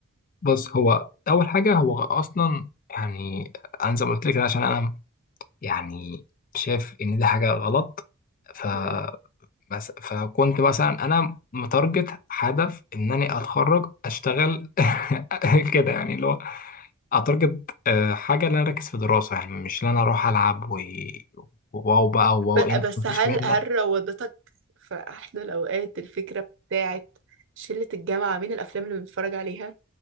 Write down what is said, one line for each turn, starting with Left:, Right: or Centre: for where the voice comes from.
Left: بص هو اول حاجة هو اصلا يعني انا زي ما قلت لك كده عشان انا يعني شايف ان دي حاجة غلط ف
Right: مم.
Left: مس- فكنت مثلا انا متارجت هدف ان انا اتخرج اشتغل <laughs> كده يعني اللي هو اعتقد آه، حاجه اللي انا اركز في دراسه يعني مش اللي انا اروح العب و... واو بقى
Right: <laughs>
Left: واو
Right: ب-
Left: انت
Right: بس
Left: مفيش
Right: هل
Left: منك
Right: هل روضتك في احلى الاوقات الفكره بتاعت شله الجامعه مين الافلام اللي بنتفرج عليها